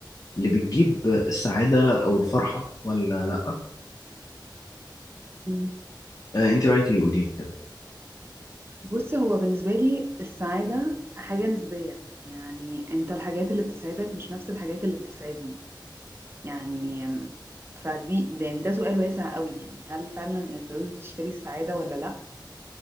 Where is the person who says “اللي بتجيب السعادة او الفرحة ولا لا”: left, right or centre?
Left